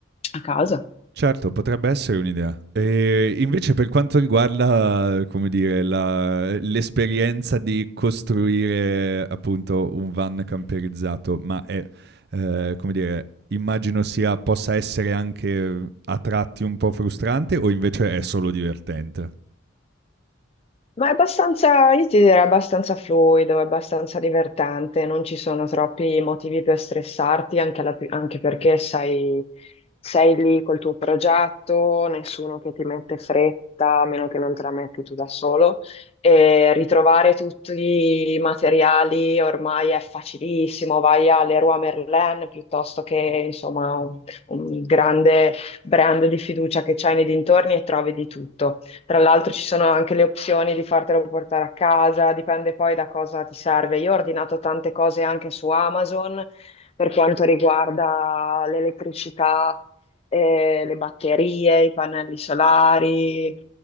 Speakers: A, on the left; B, on the right.
A: a casa.
B: Certo, potrebbe essere un'idea. E invece per quanto riguarda, come dire, la l'esperienza di costruire appunto un van camperizzato, ma è, ehm, come dire, immagino sia possa essere anche a tratti un po' frustrante o invece è solo divertente?
A: Ma è abbastanza, io ti direi abbastanza fluido, è abbastanza divertente, non ci sono troppi motivi per stressarti, anche, alla- anche perché sei, sei lì col tuo progetto, nessuno che ti mette fretta, a meno che non te la metti tu da solo. E ritrovare tutti i materiali ormai è facilissimo, vai a Leroy Merlin piuttosto che insomma un, un grande brand di fiducia che c'hai nei dintorni e trovi di tutto. Tra l'altro ci sono anche le opzioni di fartelo portare a casa, dipende poi da cosa ti serve. Io ho ordinato tante cose anche su Amazon per quanto riguarda l'elettricità, eh, le batterie, i pannelli solari.